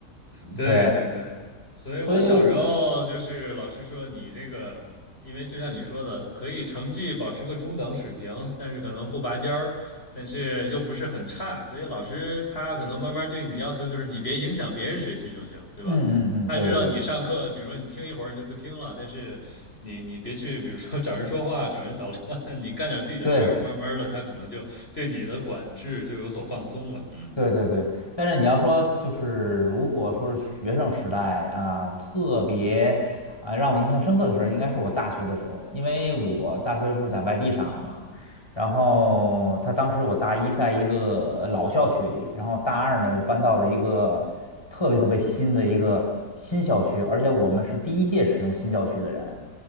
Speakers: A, on the left; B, on the left.
A: 对对对，
B: 对，
A: 所以我小时候就是老师说你这个，
B: 所以我
A: 因为就像你说的，可以成绩保持个中等水平，但是可能不拔尖儿，但是又不是很差，所以老师他可能慢慢对你的要求就是你别影响别人学习就行，对吧？
B: 嗯嗯嗯，
A: 他是让你上课，
B: 对对对对。
A: 比如说你听一会儿你就不听了，但是你你别去，比如说找人说话、找人捣乱，<laughs> 你干点自己的事儿，
B: 对
A: 慢慢的他可能就对你的管制就有所放松了，嗯
B: 对对对，但是你要说就是，如果说是学生时代啊，特别啊让我印象深刻的事儿，应该是我大学的时候，因为我大学不是在外地上的嘛，然后他当时我大一在一个老校区里，然后大二呢就搬到了一个特别特别新的一个新校区，而且我们是第一届使用新校区的人。